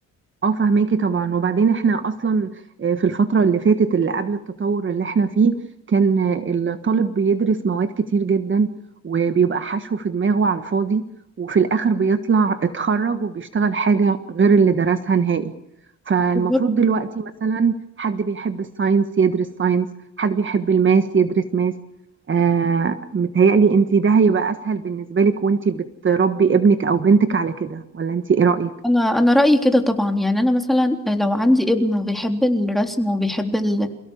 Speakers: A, on the right; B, in the centre.
A: اه فهماكي طبعا وبعدين احنا اصلا آه، في الفترة اللي فاتت اللي قبل التطور اللي احنا فيه كان آه، الطالب بيدرس مواد كتير جدا وبيبقى حشو في دماغه على الفاضي وفي الاخر بيطلع اتخرج وبيشتغل حاجة غير اللي درسها نهائي فالمفروض
B: بالظبط
A: دلوقتي مثلا حد بيحب الساينس يدرس ساينس حد بيحب الماس يدرس ماس آه متهيألي انتي ده هيبقى اسهل بالنسبة لك وانتي بتربي ابنك او بنتك على كده ولا انتي ايه رأيك؟
B: انا انا رأيي كده طبعا يعني انا مثلا لو عندي ابن وبيحب الرسم وبيحب ال-